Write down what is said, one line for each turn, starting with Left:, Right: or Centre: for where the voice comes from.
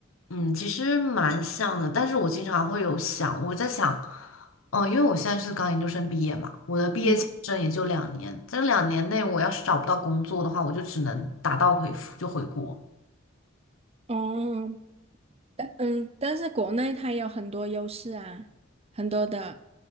Left: 嗯，其实蛮像的，但是我经常会有想，我在想，嗯，因为我现在是刚研究生毕业嘛，我
Right: 嗯，
Left: 这也就两年，在这两年内，我要是找不到工作的话，我就只能打道回府，就回国。
Right: 哦，但嗯，但是国内它有很多优势啊，很多的，